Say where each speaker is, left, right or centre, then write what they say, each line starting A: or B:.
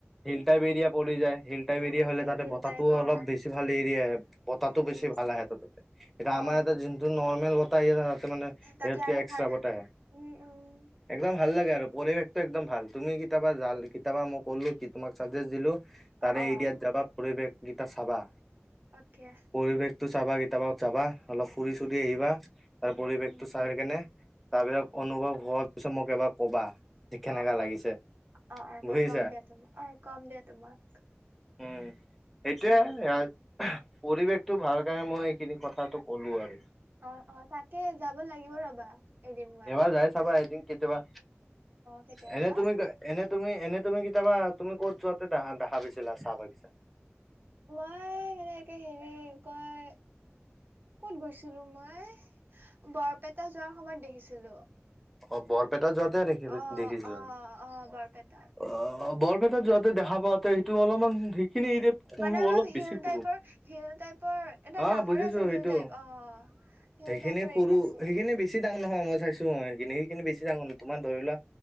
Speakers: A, in the centre; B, on the right.
A: হিল টাইপ এৰিয়া পৰি যায়, হিল হিল টাইপ
B: উম
A: এৰিয়া
B: উম
A: হ'লে তাতে
B: হিল
A: বতাহটোও
B: টাইপ অ
A: অলপ বেছি ভাল এৰিয়া আহে, বতাহতো
B: উম উম
A: বেছি ভাল আহে ত তাতে। এতিয়া
B: অ
A: আমাৰ ইয়াতে
B: তাকে
A: যোনটো নৰ্মেল বত হ তাতে মানে
B: তাতে
A: এইটো কি
B: আৰু
A: একষ্টা
B: ভাল
A: বতাহ আহে।
B: উম উম
A: একদম
B: তাকে,
A: ভাল লাগে আৰু পৰিৱেশ পৰিৱেশটো একদম ভাল, তুমি কেতিয়াবা যা কেতিয়াবা মই ক'লো কি তোমাক চাজেষ্ট দিলোঁ তাৰে
B: অ অ
A: এৰিয়াত যাবা পৰিৱেশকেইটা চাবা।
B: অ'কে।
A: পৰিৱেশটো চাবা, কেতিয়াবা চাবা অলপ ফুৰি-চুৰি
B: উম
A: আহিবা তাৰ
B: উম
A: পৰিৱেশটো
B: উম
A: চাই কেনে তাৰপিছত অনুভব হোৱাৰ পিছত এবাৰ ক'বা। যে কেনেকা
B: অ', অ',
A: লাগিছে
B: অ', অ'
A: বুজিছা।
B: মই ক'ম দিয়া তোমক অ' ক'ম দিয়া তোমাক।
A: উম, এইটোয়ে
B: উম
A: পৰিৱেশটো ভাল কাৰণে মই এইখিনি কথাটো কলো আৰু। <inaudible>
B: অ', অ' তাকে যাব লাগিব ৰ'বা এদিন মান।
A: এবাৰ যাই চাবা এদিন কেতিয়াবা
B: কেতিয়াবা
A: এনে তুমি এনে তুমি এনে তুমি কেতিয়াবা তুমি ক'ত যোৱাতে দেখা পাইছিলা চাহ বাগিছা?
B: মই সেনেকে হেৰি কি কয় ক'ত গৈছিলো মই,? বৰপেটা যোৱাৰ সময়ত দেখিছিলো।
A: অ' বৰপেটাত যোৱাতে
B: অ
A: দেখিছিলো
B: অ
A: নেকি?
B: অ বৰপেটাত
A: অ, বৰপেটাত যোৱাতে দেখা পাতে সেইটো অলপমান সেইখিনি এৰিয়াত সৰু
B: মানে অলপ
A: বেছি
B: হিল
A: সৰু
B: টাইপৰ হিল টাইপৰ এটা
A: অ
B: ডাঙৰে
A: বুজিছো
B: আছিল
A: সেইটো
B: হিল টাইপ অ,। হিল
A: সেইখিনি
B: টাইপৰ
A: সৰু
B: এৰিয়া আছিল
A: সেইখিনি বেছি ডাঙৰ নহয় মই চাইছো অ, সেইখিনি সেইখিনি বেছি ডাঙৰ নহয় তোমাৰ ধৰি লোৱা